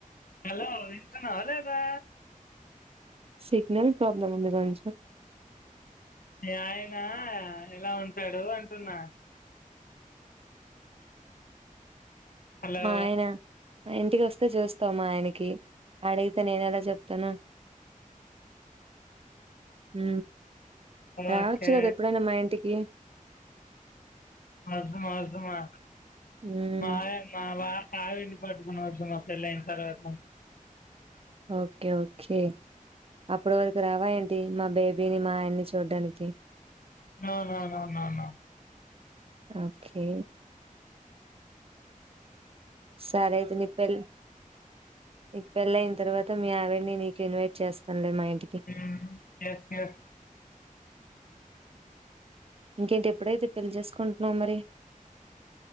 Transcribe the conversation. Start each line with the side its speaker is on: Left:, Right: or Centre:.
Left: హలో ఇంత అాలదా
Right: సిగ్నల్ ప్రబ్లమ్ ఉందిగంచ
Left: మీ ఆయన ఎలా ఉంటాడు అంటున్నా హలో
Right: మాయనా ఇంటికి వస్తే చూస్తామా ఆయనకి అడిగితే నేన ఎలా చెప్తాను హ రావచ్చు
Left: ఓకే
Right: కదా ఎప్పుడైనా మా ఇంటికి
Left: అధమా అధమా
Right: మ్మ్
Left: మా మా వా ఆవిండి పట్టుకునివచ్చు మా పెళ్ళి అయిన తర్వాత
Right: ఓకే ఓకే అప్పటి వరకు రావా ఏంటి మా బేబీ బీని మా ఆయన్ని చూడ్డానికి
Left: నానా నా నానా
Right: ఓకే సరే అయితే నీ పె నీ పెళ్ళ అయిన తర్వాత మీ ఆవిడిని నీకు ఇన్వైట్ చేస్తాను మా ఇంటికి
Left: ఉమ్ ఎస్ ఎస్
Right: ఇంకేంటి ఎప్పుడైతే పెళ్లి చేసుకుంట న మరి